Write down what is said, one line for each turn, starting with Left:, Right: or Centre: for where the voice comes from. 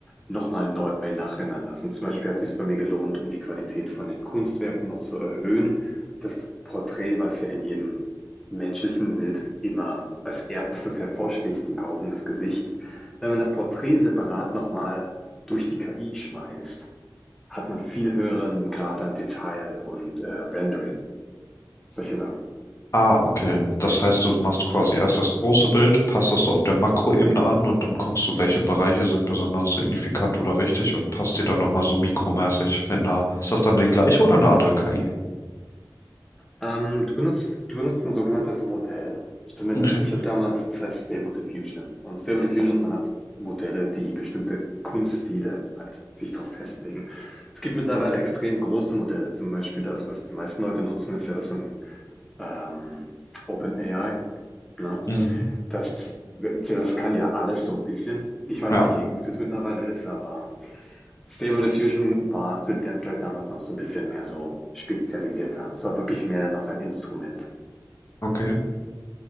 Centre: nochmal neu nachrendern lassen. Zum Beispiel hat es sich bei mir gelohnt, um die Qualität von den Kunstwerken noch zu erhöhen, das Porträt, was ja in jedem menschlichen Bild immer als erstes hervorsticht, die Augen, das Gesicht. Wenn man das Porträt separat nochmal durch die KI schmeißt, hat man viel höheren Grad an Detail und äh, Rendering, solche Sachen.
Left: Ah, okay. Das heißt, du machst quasi erst das große Bild, passt das auf der Makroebene an und dann guckst du, welche Bereiche sind besonders signifikant oder wichtig und passt die dann nochmal so mikromäßig mit einer. Ist das dann die gleiche oder eine andere KI?
Centre: Ähm, du benutzt, du benutzt ein sogenanntes Modell. Zumindest,
Left: Okay.
Centre: ich habe damals, es heißt Stable Diffusion. Und Stable Diffusion hat Modelle, die bestimmte Kunststile halt sich darauf festlegen. Es gibt mittlerweile extrem große Modelle. Zum Beispiel das, was die meisten Leute nutzen, ist ja das von ähm, OpenAI. Ne?
Left: Mhm.
Centre: Das, das kann ja alles so ein bisschen. Ich weiß
Left: Ja,
Centre: nicht, wie gut es mittlerweile ist, aber Stable Diffusion war zu der Zeit damals noch so ein bisschen mehr so spezialisierter. Es war wirklich mehr noch ein Instrument.
Left: okay.